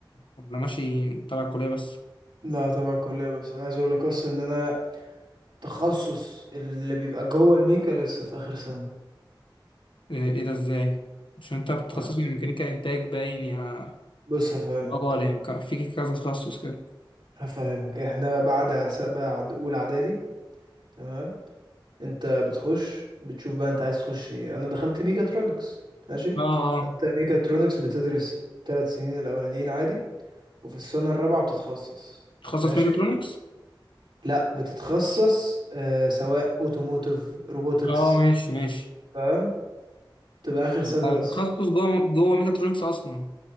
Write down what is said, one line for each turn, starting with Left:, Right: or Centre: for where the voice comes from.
Left: ولا ماشي تبع الكليه بس
Right: لا طبعا كلية بس انا عايز اقول لك اصلا ان انا تخصص اللي بيبقى جوه الميكا لسه في اخر سنة
Left: ايه إيه ده ازاي مش انت بتخصصي
Right: ما-
Left: ميكانيكا انتاج باين يا
Right: بص هفهمك
Left: باور يعني ك- في كذا تخصص كده
Right: هفهمك احنا بعد ع- س- بعد اولى اعدادي تمام انت بتخش بتشوف بقى انت عايز تخش ايه انا دخلت ميكاترونكس ماشي
Left: اه اه
Right: فانت ميكاترونكس بتدرس ثلاث سنين الاولانيين عادي وفي السنه الرابعه بتتخصص
Left: تخصص
Right: ماشي
Left: ميكاترونكس
Right: لا بتتخصص آه سواء اوتوموتيف روبوتكس
Left: اه ماشي ماشي
Right: تمام تبقى اخر سنه
Left: آه،
Right: بس
Left: تخصص جوه جوه ميكاترونكس اصلا